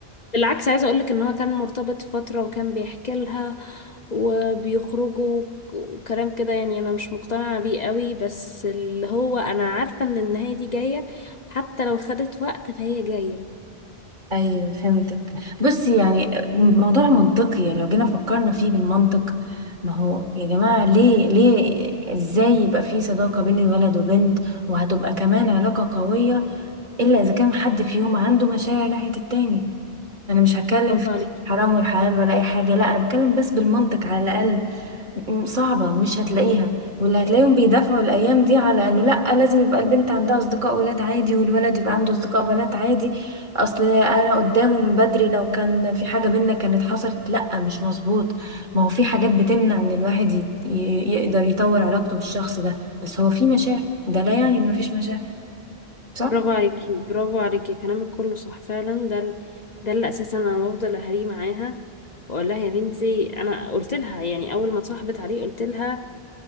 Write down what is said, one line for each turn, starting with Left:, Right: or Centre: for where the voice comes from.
Left: بالعكس عايزة اقولك ان هو كان مرتبط فترة وكان بيحكي لها وبيخرجوا وكلام كده يعني انا مش مقتنعة بيه قوي بس اللي هو انا عارفة ان النهاية دي جاية حتى لو خدت وقت فهي جاية
Right: ايوه فهمتك بصي يعني موضوع منطقي يعني لو جينا فكرنا فيه بالمنطق ما هو يا جماعة ليه ليه ازاي يبقى في صداقة بين ولد وبنت وهتبقى كمان علاقة قوية الا اذا كان حد فيهم عنده مشاعر ناحية التاني انا مش هتكلم
Left: برافو
Right: في
Left: عليك
Right: حرام والحلال ولا اي حاجة لا انا بتكلم بس بالمنطق على الاقل م- صعبة مش هتلاقيها واللي هتلاقيهم بيدافعوا الأيام دي على إنه لأ لازم يبقى البنت عندها أصدقاء ولاد عادي والولد يبقى عنده أصدقاء بنات عادي أصل أنا قدامه من بدري لو كان في حاجة بينا كانت حصلت لأ مش مظبوط ما هو في حاجات بتمنع إن الواحد يت- ي- يقدر يطور علاقته بالشخص ده بس هو في مشاعر ده لا يعني إن مفيش مشاعر صح؟
Left: برافو عليكي برافو عليكي كلامك كله صح فعلا ده ال- ده اللي اساسا انا بفضل اهري معاها واقول لها يا بنتي انا قلت لها يعني اول ما اتصاحبت عليه قلت لها